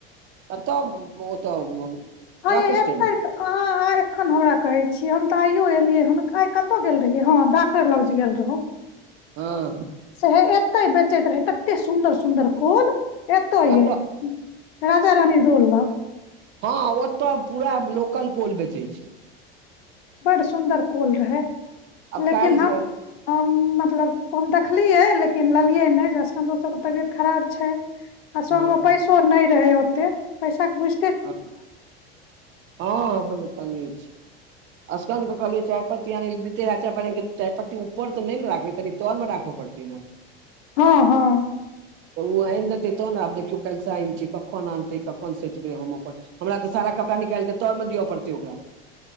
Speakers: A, on the right (about 40°); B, on the left (about 80°).
A: आऽ तब ओतऽ
B: हयै
A: ट्रक
B: हेतै
A: स्टैंड
B: तऽ अहाँ अहाॅं एखन हमरा कहै छियै हम तऽ आइयो एलियैहन आइ कता गेल रहियै हँ डॉक्टर लग जे गेऽल रहौं
A: ह
B: सेहो एते बेचैत रहै ते सुन्दर सुन्दर कोल सेहो एता
A: कतऽ
B: यै राजा रानी दोल लग।
A: ह ओतऽ पूरा लोकल कोल बेचैत छैय
B: बड़ सुन्दर कोल रहै
A: आब
B: लेकिन
A: काल्हि
B: हम हम मतलब ओ हम देखलियै लेकिन लेलियै नहि सभके तबियत खराब छैय आ संगमे
A: हँ
B: पैसो नहि रहै ओतेक पैसाके बुझ
A: ह अहूँ त तगे छी सकंद के कहलियै चायपत्ती आनय लेल दैते रहै चायपत्ती आनि कऽ चायपत्ती ऊपर त नहि ने राखबै कनि तरमे राखऽ पड़तै ने
B: ह ह
A: तऽ ओ आनि देतै त ने देखियो कैइल सैन छियै कखन आनतै कखन सेट करतै अपन हमरा तऽ सारा कपड़ा निकालिके तर मे दिअ पड़तै ओकरा।